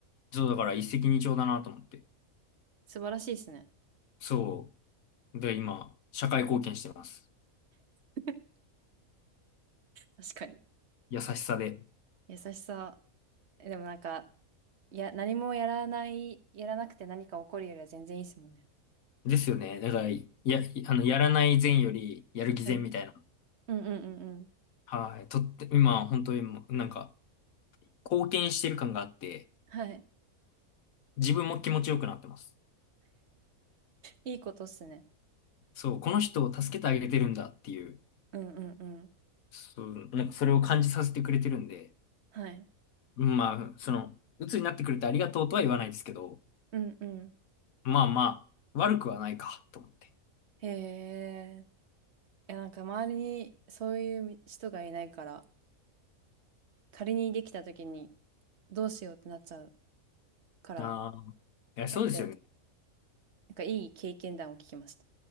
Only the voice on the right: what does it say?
素晴らしいですね。
<laughs> 確かに。
優しさ。えでもなんか、いや、何もやらない、やらなくて何か起こるよりは全然いいですもんね。
はい。うんうんうんうん。
はい。
いいことっすね。
うんうんうん。
はい。
うんうん。
へえ。いや、なんか周りにそういう人がいないから、仮にできた時にどうしようってなっちゃうから、
ちょっと
なんかいい経験談を聞きました。